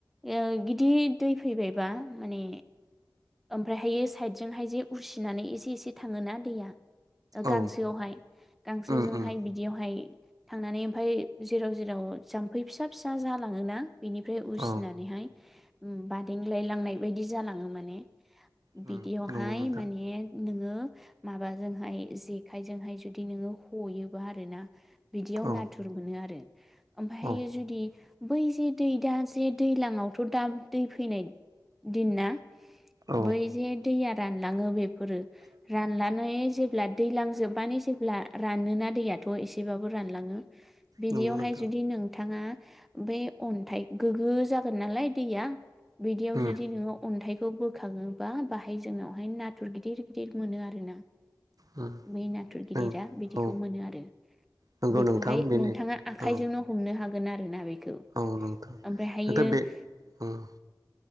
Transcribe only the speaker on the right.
औ
उम उम
औ
उम नंगौ नोंथां
औ
औ
औ
नंगौ नोंथां
उम
उम
उम
औ
नंगौ
नोंथां बेनो
औ
औ नोंथां नोंथां बे उम